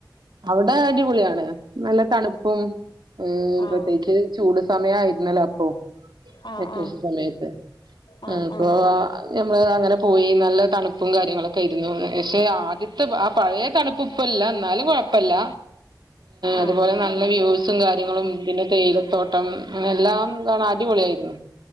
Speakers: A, on the right; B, on the left.
A: അവിടെ അടിപൊളിയാണ് നല്ല തണുപ്പും ഏ
B: ആഹ്
A: പ്രത്യേകിച്ച് സമയായിരുന്നല്ലേ അപ്പൊ
B: ആഹ്
A: വെക്കേഷൻ
B: ആഹ്
A: സമയത്ത്
B: ആഹ്
A: ഉം
B: ആഹ്
A: പോവാ ഞമ്മള് അങ്ങനെ പോയി നല്ല തണുപ്പും കാര്യങ്ങളൊക്കെയിരുന്നു പക്ഷേ ആദ്യ ത്തെ ആ പഴേ തണുപ്പ് ഇപ്പല്ല എന്നാലും കൊഴ് പ്പല്ല
B: ആഹ്
A: അതുപോലെ നല്ല വ്യൂസും കാര്യങ്ങളും പിന്നെ തേയിലത്തോട്ടം അങ്ങനെ എല്ലാംത അടിപൊളിയായിരുന്നു